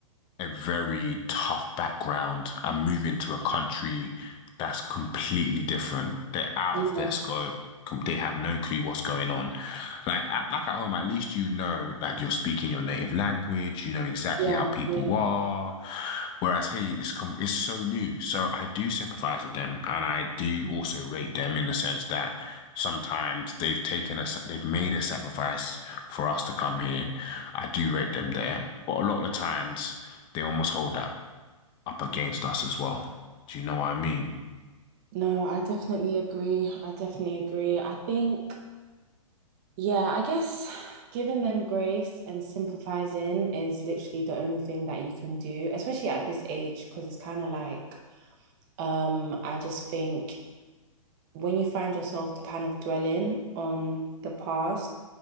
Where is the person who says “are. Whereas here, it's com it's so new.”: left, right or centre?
Left